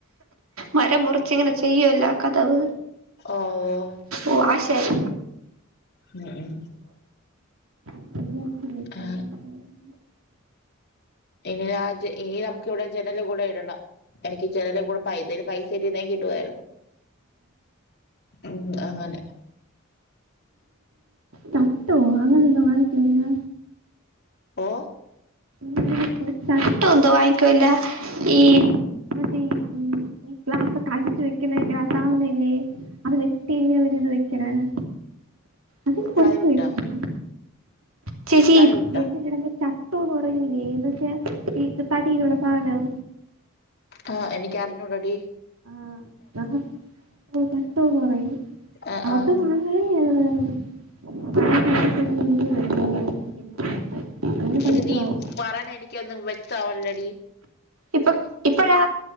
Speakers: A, on the right (about 80°); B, on the left (about 50°).
A: മരം മുറിച്ച് ഇങ്ങനെ ചെയ്യുവാല്ലോ കതവ്
B: ഓ ഓ
A: ഓ ആശാരി
B: ഉം ഉം
A: വിചാരിച്ചില്ല ഇത്രയും
B: ആ
A: പൈസ ആകുവെന്ന്
B: ഇനി രാജ എഴണ് എനിക്ക് ഇവിടെ ജനല് കൂടെ ഇടണം എനിക്ക് ജനല് കൂടെ പൈ പൈസ ശെരി നെയ്യ് ഇടുവായിരുന്നു ഉം അങ്ങനെ
A: തട്ടോ അങ്ങനെന്തോ വാങ്ങിക്കല്ലേ
B: ഒ
A: മു മു മു തട്ടോ ന്തോ വാങ്ങിക്കൊല്ല ഈ മറ്റേ ഈ മു ഗ്ലാസൊക്കെ അടികി വെക്കണന്റെ ആ സാധന ഇല്ലേ അത് വെട്ടി അവര് ഇത് വെക്കനണ് അതിന്
B: പ്ലൈവുട്ടാ
A: കൊറച്ച് പൈസായാവു ചേച്ചി
B: പ്ലൈവുട്ടാ
A: ജെഗ് വരുമ്പോൾ തട്ടൊന്ന് കയ്യൂല്ലേന്ന് <unintelligible> തടിയുള്ള സാധനം
B: ആ എനിയ്ക്കറിഞ്ഞു കൂടെടി.
A: ആഹ് <unintelligible> തട്ടം ന്ന് പറയും
B: ആ
A: അത്
B: ആ
A: <unintelligible> <unintelligible> നല്ല പൈസയാവും
B: എടി നീ പറയണ എനിക്കൊന്നും വ്യക്തമാവണല്ലടി
A: ഇപ്പൊ ഇപ്പഴാ